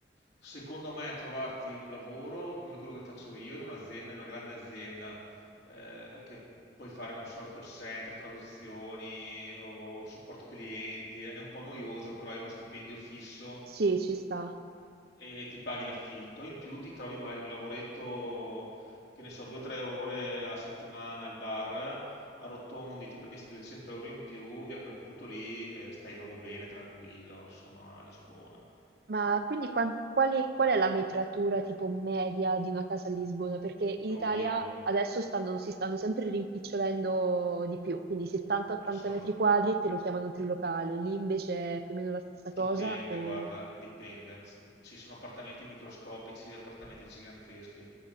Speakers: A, on the left; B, on the right.
A: secondo me, trovarti un lavoro come quello che faccio io in un'azienda, in una grande azienda, eh, che puoi fare, non so, il call center, traduzioni o supporto clienti, è un po' noioso, però hai uno stipendio fisso
B: Sì, ci sta.
A: e ti paghi l'affitto, in più ti trovi magari un lavoretto, che ne so, 2-3 ore a settimana al bar, arrotondi, ti prendi questi 200 euro in più e a quel punto lì eh, stai proprio bene, tranquillo, insomma, a Lisbona.
B: Ma quindi qua- quali- qual è la metratura tipo media di una casa a Lisbona? Perché in
A: Oddio,
B: Italia adesso stanno- si stanno sempre rimpicciolendo di più, quindi 70-80
A: no, beh, sono
B: metri quadri te lo chiamano trilocale, lì invece è più o meno la stessa cosa
A: Dipende,
B: o...
A: guarda, dipende. C- Ci sono appartamenti microscopici, appartamenti giganteschi.